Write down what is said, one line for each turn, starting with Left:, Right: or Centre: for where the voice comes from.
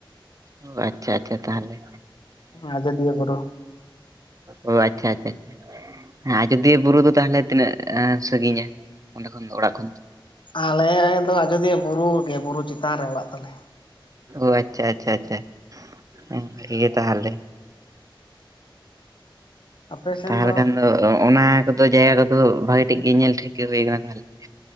Right: ᱚ ᱟᱪᱪᱷᱟ ᱟᱪᱪᱷᱟ ᱛᱟᱦᱞᱮ
Left: ᱟᱡᱚᱫᱤᱭᱟᱹ ᱵᱩᱨᱩᱼᱼ
Right: ᱚ ᱟᱪᱪᱷᱟ ᱟᱪᱪᱷᱟ ᱟᱪᱪᱷᱟ ᱟᱡᱚᱫᱤᱭᱟᱹ ᱵᱩᱨᱩ ᱫᱚ ᱛᱟᱦᱞᱮ ᱛᱤᱱᱟᱹᱜ ᱥᱟᱺᱜᱤᱧᱼᱟ ᱚᱸᱰᱮ ᱠᱷᱚᱱ ᱫᱚ ᱚᱲᱟᱜ ᱠᱷᱚᱱ ᱫᱚ
Left: ᱟᱞᱮ ᱫᱚ ᱟᱡᱚᱫᱤᱭᱟᱹ ᱵᱩᱨᱩ ᱜᱮ ᱵᱩᱨᱩ ᱪᱮᱛᱟᱱ ᱨᱮ ᱚᱲᱟᱜ ᱛᱟᱞᱮ
Right: ᱚ ᱟᱪᱪᱷᱟ ᱟᱪᱪᱷᱟ ᱟᱪᱪᱷᱟ ᱤᱱᱠᱟᱹ ᱜᱮ ᱛᱟᱦᱮᱞᱮ
Left: ᱟᱯᱮ ᱥᱮᱱ
Right: ᱛᱟᱦᱞᱮ ᱠᱷᱟᱱ ᱫᱚ ᱚᱱᱟ ᱠᱚᱫᱚ ᱡᱟᱭᱜᱟ ᱠᱚᱫᱚ ᱵᱷᱟᱜᱤ ᱴᱷᱤᱠ ᱜᱮ ᱧᱮᱞ ᱴᱷᱤᱠᱟᱹ ᱦᱩᱭ ᱠᱟᱱᱟ ᱛᱟᱦᱮᱞᱮ